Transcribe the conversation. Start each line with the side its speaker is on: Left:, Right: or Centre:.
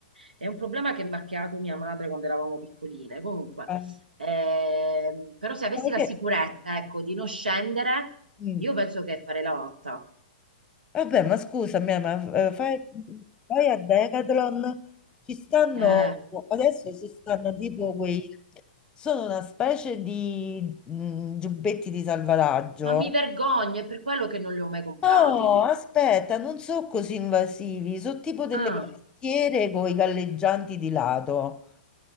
Right: è un problema che mi ha creato mia madre quando eravamo piccoline. Comunque,
Left: Eh,
Right: ehm, però se avessi
Left: ma perché?
Right: la sicurezza, ecco, di non scendere,
Left: Mm.
Right: io penso che farei la matta.
Left: Vabbè, ma scusami, ma eh, fai- vai a Decathlon, ci stanno,
Right: Eh,
Left: adesso ci stanno tipo quei, sono una specie di mh, giubbetti di salvataggio.
Right: Ma mi vergogno, è per quello che non li ho mai comprati.
Left: No, aspetta, non sono così invasivi, sono tipo delle
Right: Ah,
Left: canottiere con i galleggianti di lato.